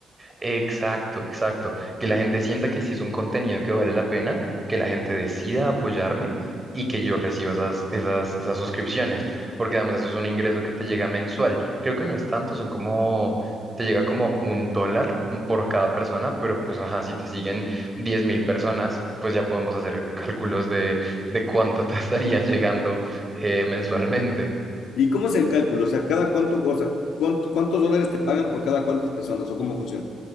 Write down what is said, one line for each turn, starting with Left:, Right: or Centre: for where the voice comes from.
Right: Exacto, exacto. Que la gente sienta que si es un contenido que vale la pena, que la gente decida apoyarme y que yo reciba esas, esas, esas suscripciones, porque además eso es un ingreso que te llega mensual. Creo que no es tanto, son como, te llega como un dólar por cada persona, pero pues ajá, si te siguen diez mil personas, pues ya podemos hacer cálculos de, de cuánto te <laughs> estaría llegando eh, mensualmente.
Left: ¿Y cómo es el cálculo? O sea, cada cuánto, o sea, cuánto- ¿cuántos dólares te pagan por cada cuántas personas o cómo funciona?